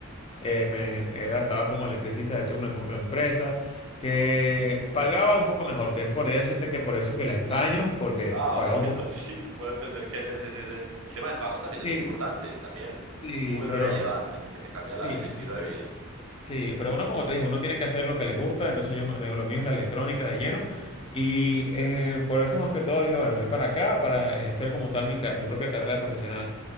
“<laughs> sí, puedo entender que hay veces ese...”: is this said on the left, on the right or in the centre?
Right